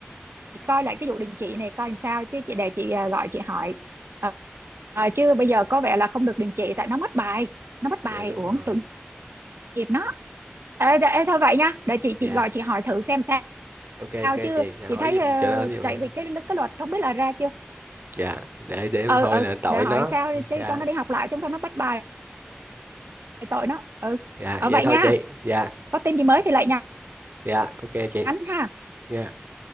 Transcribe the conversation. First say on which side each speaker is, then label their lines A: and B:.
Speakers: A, on the right; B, on the right.
A: chị coi lại cái vụ đình chỉ này coi làm sao chứ chị để chị à, gọi chị hỏi Ờ, ờ, chứ bây giờ có vẻ là không được đình chỉ tại nó mất bài nó mất bài
B: dạ đúng
A: uổng
B: rồi
A: tội nghiệp nó ê, đ- ê thôi vậy nha để chị
B: dạ
A: chị gọi chị hỏi thử xem sao
B: ok
A: sao
B: ok
A: chứ
B: chị nào
A: chị
B: hỏi
A: thấy
B: giùm
A: ờ,
B: cho nó giùm
A: tại
B: em
A: vì cái cái luật không biết là ra chưa
B: dạ để để em
A: ừ
B: thôi
A: ừ
B: là tội
A: để hỏi
B: nó
A: sao đi chứ
B: dạ
A: cho nó đi học lại chứ không thôi nó bắt bài tội nó ừ
B: dạ
A: ở
B: vậy
A: vậy
B: thôi
A: nha
B: chị dạ
A: có tin gì mới thì lại nhắn
B: dạ ok chị
A: ha
B: Dạ.